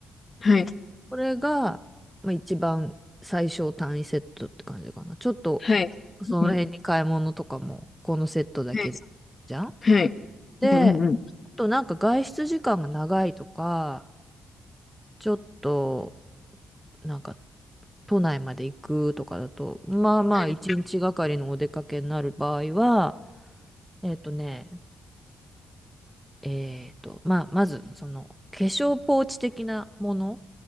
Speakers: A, on the left; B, in the centre.
A: はい。
B: これが、まあ、一番最小単位セットって感じかな。ちょっと、
A: はい。
B: その辺に買い物とかも、
A: うん。
B: このセットだけで、
A: はい。
B: じゃん
A: はい。
B: で、
A: うんうんうん。
B: あとなんか外出時間が長いとか、ちょっと、なんか、都内まで行くとかだと、まあまあ、
A: はい。
B: 一日がかりのお出かけになる場合は、えっとね、えっと、まあ、まず、その、化粧ポーチ的なもの。